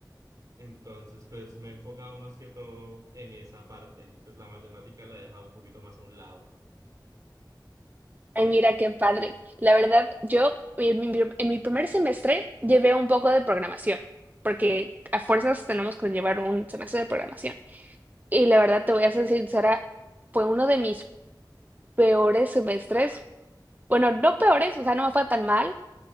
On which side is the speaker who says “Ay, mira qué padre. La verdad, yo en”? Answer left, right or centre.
Right